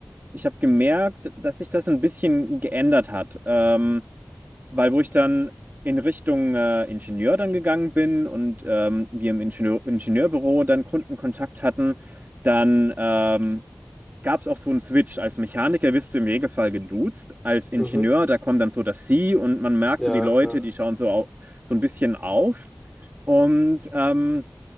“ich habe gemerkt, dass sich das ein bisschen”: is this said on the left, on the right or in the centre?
Right